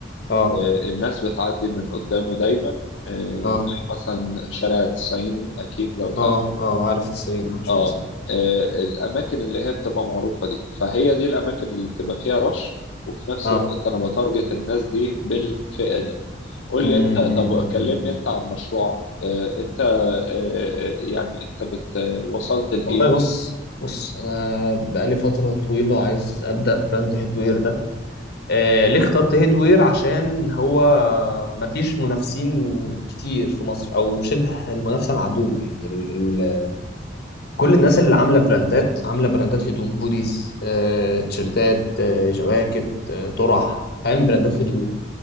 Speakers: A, on the left; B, on the left.
A: اه
B: آه، الناس بتعدي من قدامه دايما آه،
A: اه
B: زي مثلا شارع 90 أكيد لو تعرف
A: اه اه عارف 90 اه شوية
B: اه
A: 90
B: آه، الأماكن اللي هي بتبقى معروفة دي فهي دي الأماكن اللي بتبقى فيها رش وفي نفس
A: اه
B: الوقت أنا بتارجت الناس دي بالفئة دي قول
A: امم
B: لي انت طب كلمني انت عن مشروعك اه انت اه اه، يعني انت بت وصلت لايه
A: والله بص بص انا بقالي فتره طويله عايز ابدا براند هيدوير ده آه ليه اخترت هيدوير عشان هو مفيش منافسين كتير في مصر او شبه المنافسه معدومه يعني ال ال كل الناس اللي عامله براندات عامله براندات هدوم هوديز آه تيشرتات آه جواكت آه طرح فاهم براندات هدوم